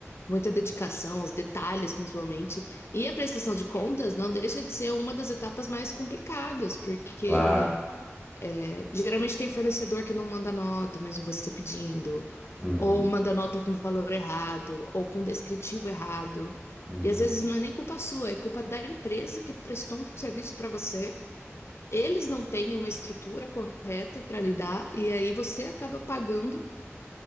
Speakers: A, on the left (about 60°); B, in the centre.
A: muita dedicação, os detalhes principalmente. E a prestação de contas não deixa de ser uma das etapas mais complicadas, porque
B: Claro.
A: é, geralmente tem fornecedor que não manda nota, mesmo você pedindo,
B: Uhum,
A: ou manda nota com valor errado, ou com descritivo errado.
B: uhum.
A: E às vezes não é nem culpa sua, é culpa da empresa que prestou um serviço para você eles não têm uma estrutura correta para lidar, e aí você acaba pagando